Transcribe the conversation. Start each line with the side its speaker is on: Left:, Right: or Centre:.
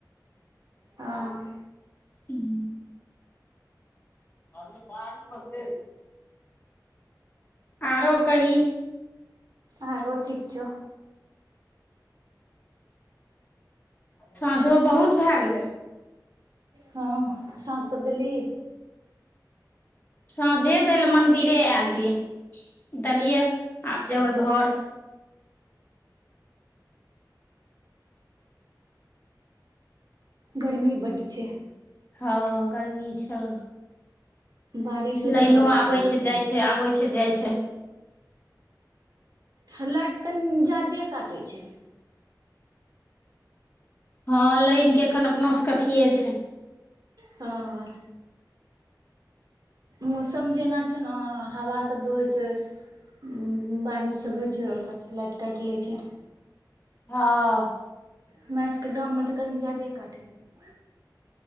Left: ह
Right: हँ
Left: <inaudible> अर बड़ी ब <inaudible> आरो कहि?
Right: आरो ठीक छौ
Left: सांझो बहुत भए गेलै
Right: हं सांझ सब देलही
Left: सांझे दै ले मंदिरे आयल रहियै देलिये आब जेबय घर
Right: गर्मी बड्ड छैय
Left: हं गर्मी छौ
Right: बारिश होइ
Left: लाइनो
Right: छै ओकर बाद
Left: आबै
Right: गर्मी
Left: छैय
Right: भए
Left: जाइ छैय आबै छैय जाइ छैय
Right: हं लाइट कनि जादे काटै छैय
Left: हं लाइन के एखन अपनो सबके अथिए छैय
Right: हं मौसम जेना छैय न हावा सब बहै छैय हूं हूं बारिश सब होइ छैय और कथी लाइट काटि लैय छैय
Left: हं
Right: हमरा सबके गाममे तऽ कनी जायदे काटै छैय